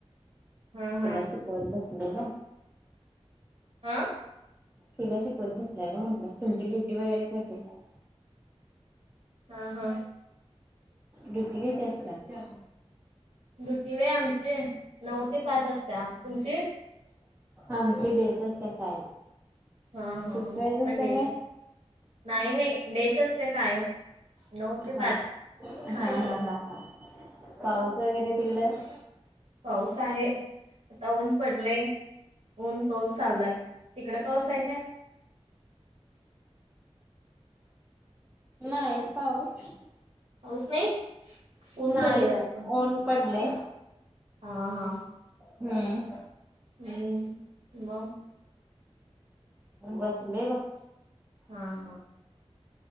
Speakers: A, on the right; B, on the right.
A: हा हा
B: तिला शिकवत बसलेल.
A: ''आं''
B: तिला शिकवत नसल्या ना म्हण तुमची ड्युटी वगैरे कसे काय.
A: हा हा,
B: ड्युटी कशी असतात.
A: ड्युटी व आमचे नऊ ते पाच वाजता तुमची.
B: आमची बचच आत्या कायम.
A: हा हा,
B: शिकवायच
A: पण
B: असत्या
A: डेच
B: काय
A: नाही नाही डेच असत्या काय. नऊ ते पाच
B: हा
A: काय
B: हा हा
A: असत्या.
B: हा हा पाऊस वगैरे तिकडं
A: पाऊस आहे आता ऊन पडले. ऊन पाऊस चाललाय तिकडे पाऊस आहे काय.
B: नाही पाऊस.
A: पाऊस नाही. ऊन
B: नाही
A: पडले वाटतं
B: ऊन पडले.
A: हा हा,
B: हम्म.
A: हम्म मग.
B: बसलोय बघ.
A: हा हा